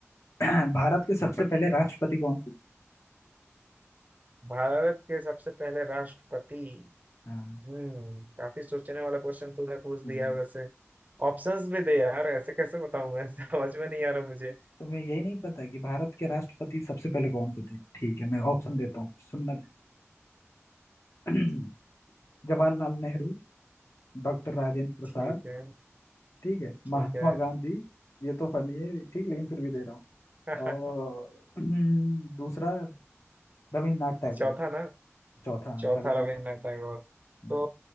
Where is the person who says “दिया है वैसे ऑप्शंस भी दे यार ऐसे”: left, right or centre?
Right